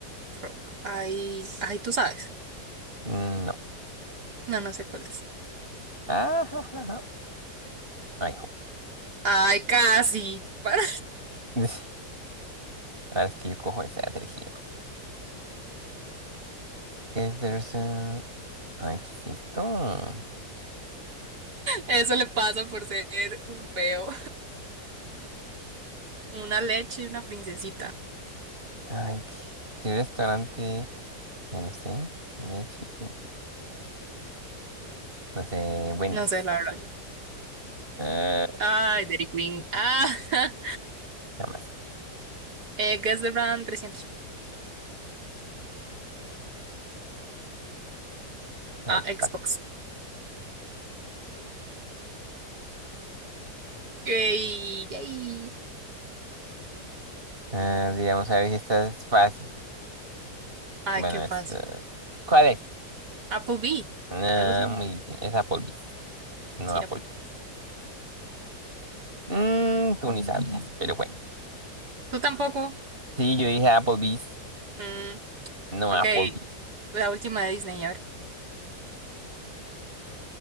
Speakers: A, on the right; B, on the right.
A: frog. Hay. Ay, tú sabes.
B: Mm, No.
A: No, no sé cuál es.
B: Ah, ja, ja, ja. Ay, jo.
A: Ay, casi. <laughs>
B: <laughs> Ahora es que yo cojo esa de tejido. ¿Qué es eso? Ay, ¿qué es esto?
A: Eso le pasa por ser un feo. Una leche y una princesita.
B: Ay, ¿qué, qué restaurante? Ay, No sé. de Chipi- No sé, Wendy's.
A: No sé, la verdad.
B: Ah,
A: Ay, Dairy Queen. Ah, <laughs>
B: nada más.
A: eh, Guess the Brand trescientos
B: Ay,
A: Ah,
B: qué
A: Xbox.
B: fácil.
A: Ey, yay.
B: Ah, digamos, a ver si esta es fácil.
A: Ay,
B: Bueno,
A: qué
B: esta...
A: fácil.
B: ¿Cuál es?
A: Applebee.
B: Ah,
A: Algo así.
B: muy bien. Es Applebee's. No
A: Sí,
B: Applebee's.
A: Applebee.
B: Mm, tú ni sabías, pero bueno.
A: ¿Tú tampoco?
B: Sí, yo dije Applebee's,
A: Mm,
B: no
A: ok.
B: Applebee's.
A: La última de Disney, a ver.